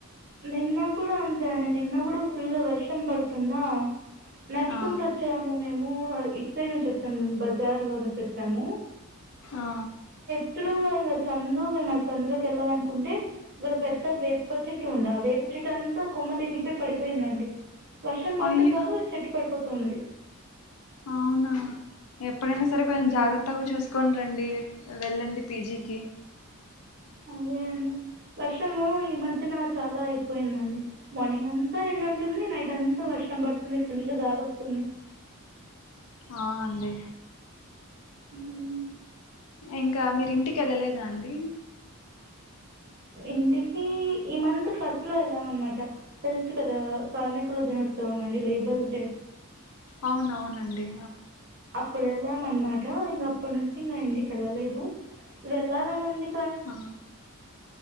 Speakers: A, on the right; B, on the left.
A: నిన్న కూడా అంతే అండి నిన్న ఇప్పుడు ఫుల్ వర్షం పడుతుందా నడుచుకుంట
B: ఆ
A: వచ్చాము మేము ఇటుసైడ్ నుంచి వచ్చాము బజార్ లో నుంచి వచ్చాము
B: ఆ
A: ఎదురుంగా ఇంగ సందు మేము ఆ సందులోకి వెళ్ళాలినుకుంటే ఇక్కడ పెద్ద వేప చెట్టు ఉంది ఆ వేప చెట్టు అంతా కొమ్మలు విరిగిపోయి పడిపోయిందండి వర్షం పడితే
B: అయ్య
A: చాలు చెట్టు పడిపోతుంది
B: అవునా ఎప్పుడైనా సరే కొంచెం
A: మ్మ్
B: జాగ్రత్తగా చూస్త తీసుకని రండి వెళ్ళండి పి జీ కి
A: అదే అండి వర్షము ఈ మధ్యన చాలా అయిపోయిందండి మార్నింగ్ అంతా ఎండు ఉంటుంది నైట్ అంతా వర్షం పడుతుంది ఫుల్ గాలి వస్తుంది
B: ఆ అండి
A: హుమ్
B: ఇంకా మీరి ఇంటికి వెళ్ళలేదా అండి
A: ఇంటికి ఈ మంత్ ఫస్ట్ లో వెళ్ళాం అనమాట తెలుసు కదా కార్మికుల దినోత్సవం అండి లేబర్స్ డే
B: అవున అవునండి
A: అప్పుడు వెళ్ళాం అనమాట ఇంక అప్పటి నుంచి ఇంకా ఇంటికిెళ్ళలేదు వేళలనుంది
B: ఆ